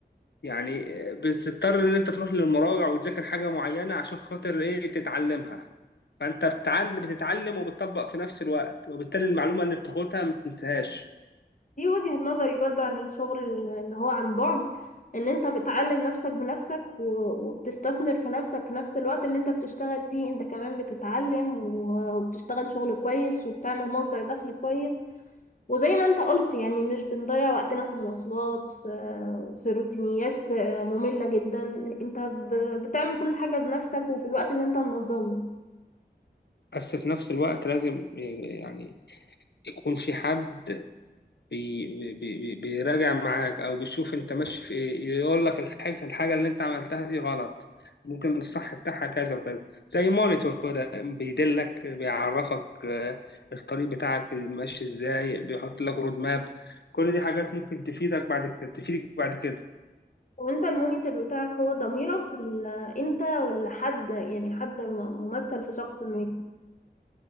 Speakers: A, on the left; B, on the left.
A: يعني آه، بتضطر ان انت تروح للمراجع وتذاكر حاجة معينة عشان خاطر ايه تتعلمها فانت بتتعلم بتتعلم وبتطبق في نفس الوقت وبالتالي المعلومة اللي بتاخدها ما بتنساهاش
B: دي وجهة نظري برضو عن الشغل اللي هو عن بعد ان انت بتعلم نفسك بنفسك و- وبتستثمر في نفسك في نفس الوقت اللي انت بتشتغل فيه انت كمان بتتعلم و- وبتشتغل شغل كويس وبتعمل مصدر دخل كويس وزي ما انت قلت يعني مش بنضيع وقتنا في مواصلات في, في روتينيات آه، مملة جدا انت ب- بتعمل كل حاجة بنفسك وفي الوقت اللي انت منظمه
A: بس في نفس الوقت لازم يعني يكون في حد بي بي بي بيراجع معاك او بيشوف انت ماشي في ايه يقول لك الحاجه الحاجه اللي انت عملتها دي غلط ممكن الصح بتاعها كذا وكذا زي مونيتور كده بيدلك بيعرفك آه، الطريق بتاعك ماشي ازاي بيحط لك رود ماب كل دي حاجات ممكن تفيدك بعد كده تفيدك بعد كده
B: وانت المونيتور بتاعك هو ضميرك ولا انت ولا حد يعني حد م- ممثل في شخص ما